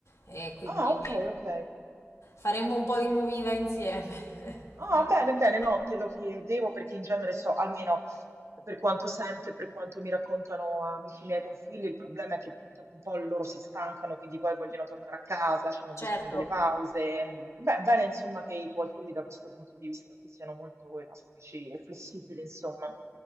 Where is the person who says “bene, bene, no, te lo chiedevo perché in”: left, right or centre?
Right